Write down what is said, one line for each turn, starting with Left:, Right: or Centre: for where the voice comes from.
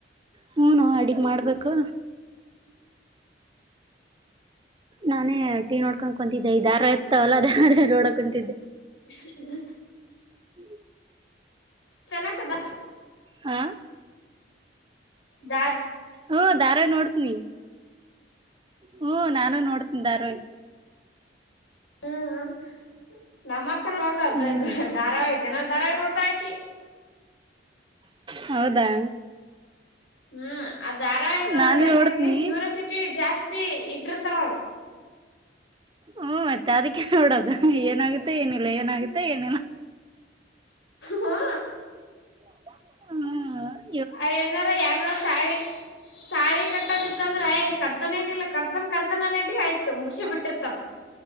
Right: ಹೂನು ಅಡಗ್ ಮಾಡ್ಬೇಕು ನಾನೇ ಟಿ ನೋಡ್ಕೊಂಡ ಕುಂತಿದ್ದೆ ಇದ ದಾರ ಇತವಲ್ಲ ಅದ ನೋಡ ಕುಂತಿದ್ದೆ
Left: ಹ್ಮ್
Right: ಹ್ಮ
Left: ಚೆನ್ನ ಕದಾ
Right: ಹಾ
Left: ದಾ
Right: ಹ್ಮ ಧಾರ್ಯಿ ನೋಡ್ತನಿ ಹ್ಮ ನಾನು ನೋಡ್ತನಿ ಧಾರ್ವಾಹಿ
Left: ಹ್ಮ್ ನಮ್ಮ ಅಕ್ಕ ನೋಡ್ತಾದ
Right: ಹ್ಮ್
Left: ಧಾರಾವಹ್ತೆನ ದಾರ ನೋಡ್ತಾ ಆಕಿ
Right: ಹೌದಾ
Left: ಹ್ಮ್ ಅ ದಾರಾ ನ್ ನೋಡೋದ
Right: ನಾನು
Left: ಹೆಂಗ್ಯಾರ
Right: ನೋಡ್ತೀನಿ
Left: ಇಲ್ಲಿ ಕ್ಯೂರಸಿಟಿ ಜಾಸ್ತಿ ಇಟ್ಟರ್ ಉತ್ತರ
Right: ಹ್ಮ ಮತ್ತೆ ಅದಕ್ಕೆ ನೋಡೋದು ಏನಾಗುತ್ತೆ ಏನಿಲ್ಲ ಏನಾಗುತ್ತೆ ಏನಿಲ್ಲ
Left: ಹಾ
Right: ಹಾ
Left: ಅ ಏನಾರ ಯಾರಾರ ಸಾರಿ ಸಳಿ ಕಟ್ಟೋದಿತ್ತ ಅಂದ್ರೆ ಈ ಕರ್ತನೇನಿಲ್ಲ ಕರ್ತನ್ ಕರ್ತನನೇಟ ಆಯ್ತು ಮುಸ ಬಿಟ್ಟರುತ